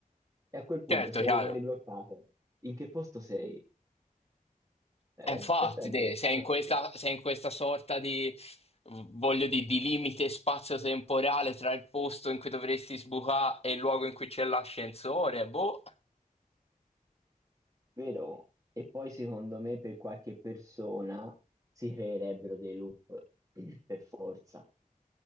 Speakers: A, on the right; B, on the left.
A: E a quel punto,
B: certo,
A: se
B: chiaro.
A: rimani bloccato, in che posto sei? Eh?
B: E infatti,
A: Questo è interessante,
B: te, sei in questa, sei in questa sorta di, voglio dire, di limite spazio-temporale tra il posto in cui dovresti sbucare e il luogo in cui c'è l'ascensore, boh.
A: vero? E poi, secondo me, per qualche persona si creerebbero dei loop, <clears throat> per forza.